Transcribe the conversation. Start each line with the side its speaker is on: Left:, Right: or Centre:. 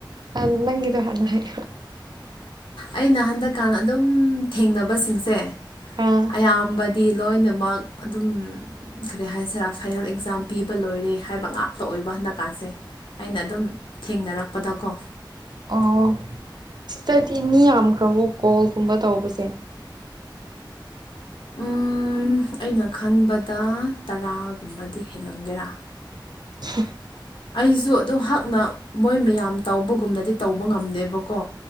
Right: ꯑ ꯅꯪꯗꯣ ꯍꯅ ꯍꯥꯏ
Left: ꯑꯩꯅ ꯍꯟꯗꯛꯀꯥꯟ ꯑꯗꯨꯝ ꯊꯦꯡꯅꯕꯁꯤꯡꯁꯦ
Right: ꯑꯥ
Left: ꯑꯌꯥꯝꯕꯗꯤ ꯂꯣꯏꯅꯃꯛ ꯑꯗꯨꯝ ꯀꯔꯤ ꯍꯥꯏꯁꯤꯔ ꯐꯥꯏꯅꯦꯜ ꯑꯦꯛꯖꯥꯝ ꯄꯤꯕ ꯂꯣꯏꯔꯦ ꯍꯥꯏꯕ ꯉꯥꯛꯇ ꯑꯣꯏꯕ ꯍꯟꯗꯛꯀꯥꯟꯁꯦ ꯑꯩꯅ ꯑꯗꯨꯝ ꯊꯦꯡꯅꯔꯛꯄꯗꯀꯣ
Right: ꯑꯥ ꯁꯤꯗꯗꯤ ꯃꯤ ꯌꯥꯝꯈ꯭ꯔꯕꯣ ꯀꯣꯜꯒꯨꯝꯕ ꯇꯧꯕꯁꯦ <inaudible>
Left: ꯎꯝ ꯑꯩꯅ ꯈꯟꯕꯗ ꯇꯔꯥꯒꯨꯝꯕꯗꯤ ꯍꯦꯜꯂꯝꯒꯦꯔꯥ
Right: ꯍ
Left: ꯑꯩꯁꯨ ꯑꯗꯨ ꯍꯛꯅ ꯃꯣꯏ ꯃꯌꯥꯝ ꯇꯧꯕꯒꯨꯝꯅꯗꯤ ꯇꯧꯕ ꯉꯝꯗꯦꯕꯀꯣ